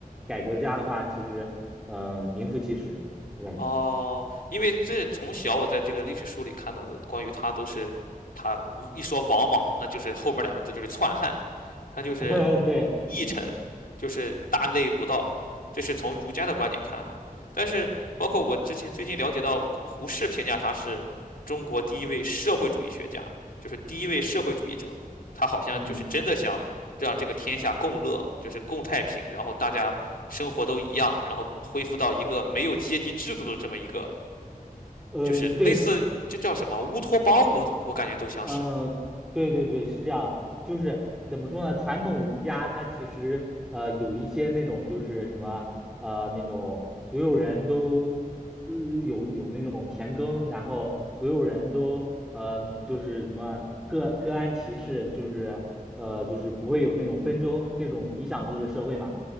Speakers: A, in the centre; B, on the left.
A: 改革家的话，其实呃名副其实，我感觉。
B: 哦，因为这从小我在这个历史书里看到的关于他都是，他一说王莽，那就是后面两个字就是篡汉，他就是
A: <laughs> 对，
B: 佚臣，就是大逆不道，这是从儒家的观点看哈。但是包括我之前最近了解到，胡适评价他是中国第一位社会主义学家，就是第一位社会主义者，他好像就是真的想让这个天下共乐，
A: 嗯
B: 就是共太平，然后大家生活都一样，然后恢复到一个没有阶级制度的这么一个，
A: 嗯，
B: 就是类似这叫什么乌托邦，
A: 对。
B: 我我感觉都像是。
A: 嗯，对对对，是这样，就是怎么说呢？传统儒家它其实呃有一些那种就是什么呃那种所有人都就是有有那种田耕，然后所有人都呃就是什么各各安其事，就是呃就是不会有那种纷争那种理想制的社会嘛，